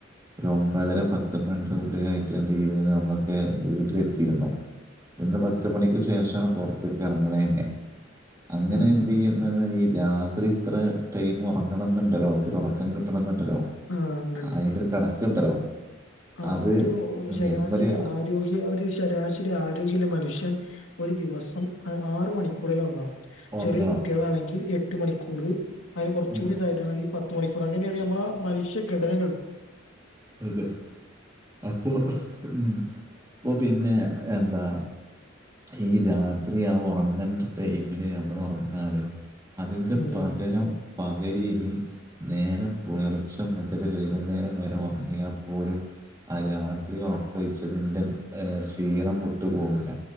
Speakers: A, on the right; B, on the left.
A: ഒമ്പതര പത്തും പ ഉള്ളിലായിട്ട് എന്ത് ചെയ്യും അത് നമ്മളൊക്കെ വീട്ടിലെത്തിയിരുന്നു ഇന്ന് പത്ത് മണിക്ക് ശേഷമാണ് പുറത്തേക്ക് ഇറങ്ങണന്നെ അങ്ങനെ
B: ഉം
A: എന്ത് ചെയ്യുന്ന ഈ രാത്രി ഇത്ര ടൈം ഉറങ്ങണം എന്നുണ്ടല്ലോ ഒത്തിരി ഉറക്കം കിട്ടണം എന്നുണ്ടല്ലോ
B: ആഹ് ഉണ്ട്ണ്ട്
A: അയിനോരു കണക്കുണ്ടല്ലോ
B: ആ
A: അത്
B: ഒരു ശരാശരി
A: മിനിമം ഒരു
B: ആരോഗ്യ ഒരു ശരാശരി ആരോഗ്യുള്ള മനുഷ്യൻ ഒരു ദിവസം ആറ് മണിക്കൂറൽ ഉറങ്ങണം
A: ഉറങ്ങണം
B: ചെറിയ കുട്ടികളാണെങ്കിൽ എട്ട് മണിക്കൂർ അതിന് കുറച്ചുകൂടി
A: ഉം,
B: താനാകി പ ത്ത് മണിക്കൂർ അങ്ങനെയാണ് നമ്മള മനുഷ്യഘടനകൽ
A: തെ അപ്പോ ഉം അപ്പോ പിന്നെ എന്താ ഈ രാത്രി ആ ഉറങ്ങേണ്ട ടൈമില് നമ്മള് ഉറങ്ങാതെ അതിൻ്റെ
B: ഉം
A: പകരം പകരി ഇനി നേരം പുലർച്ച മുതൽ വൈകുന്നേരം വരെ ഉറങ്ങിയപ്പോഴും ആ രാത്രി ഉറക്കൊഴിച്ചതിൻ്റെ ക്ഷീണം വിട്ടു പോവില്ല